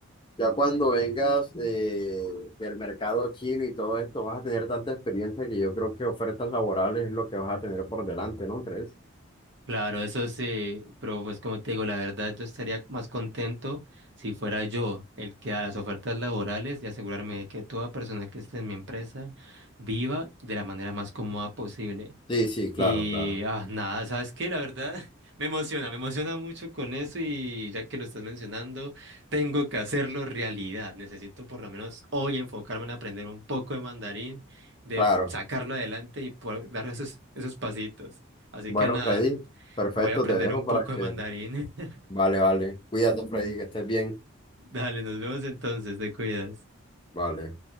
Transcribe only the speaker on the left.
Ya cuando vengas eh, del mercado chino y todo esto, vas a tener tanta experiencia que yo creo que ofertas laborales es lo que vas a tener por delante, ¿no crees?
Sí, sí, claro,
claro.
Claro,
Bueno,
Freddy, perfecto,
te dejo
para que...
Vale, vale. Cuídate, Freddy, que estés bien.
Vale.